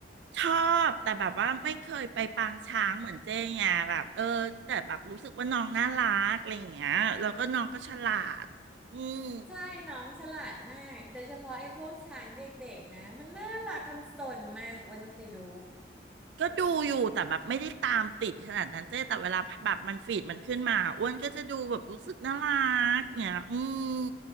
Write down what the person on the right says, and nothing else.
ชอบแต่แบบว่าไม่เคยไปปางช้างเหมือนเจ๊ไงแบบเออแต่แบบรู้สึกว่าน้องน่ารักอะไรอย่างเงี้ยแล้วก็น้องก็ฉลาดอืม
ก็ดูอยู่แต่แบบไม่ได้ตามติดขนาดนั้นเจ๊แต่เวลาแบบมันฟีดมันขึ้นมาอ้วนก็จะดูแบบรู้สึกน่ารักเนี่ยอืม